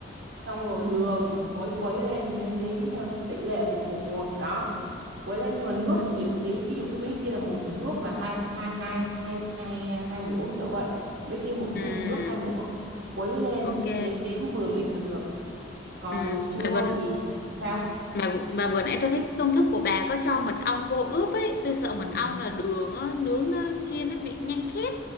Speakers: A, on the right; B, on the left.
A: xong rồi đường quấy quấy lên nêm nếm theo tỷ lệ một một một đó quấy lên nhưng mà nước
B: ừ,
A: thì nhiều tí ví dụ cái mấy kia là một thì nước là hai hai hai hai hai hai muỗng kiểu vậy mấy kia một muỗng
B: ừ,
A: thì nước hai muỗng quấy lên
B: ok.
A: nếm nếm vừa miệng là được còn
B: Ừ,
A: đồ chua
B: mày vừa
A: thì sao
B: mà mà vừa nãy tôi thấy cái công thức của bà có cho mật ong vô ướp ấy tôi sợ
A: ừ.
B: mật ong là đường á, nướng nó chiên nó bị nhanh khét